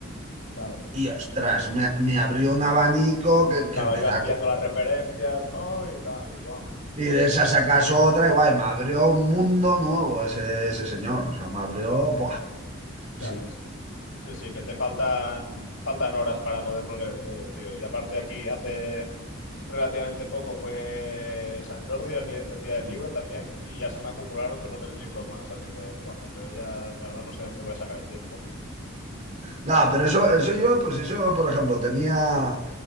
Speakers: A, on the left; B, on the right.
A: Claro.
B: Y ostras, me, me abrió un abanico que,
A: Claro,
B: que empezar.
A: ahí vas pillando las referencias, ¿no? Y tal, y guam, y guam.
B: Y de esa sacas otra y guay, me abrió un mundo nuevo ese, ese señor. O sea, me abrió... Buah,
A: Ya
B: sí,
A: ves. Sí, sí, que te faltan, faltan horas para poderlo leer todo, tío. Y aparte aquí hace relativamente poco fue San Jordi, el, li- el día del
B: sí.
A: libro también, y ya se me acumularon dos o tres libros más, así que buah, yo ya de verdad no sé dónde voy a sacar el tiempo.
B: Nada, pero eso, eso yo, pues eso, por ejemplo, tenía,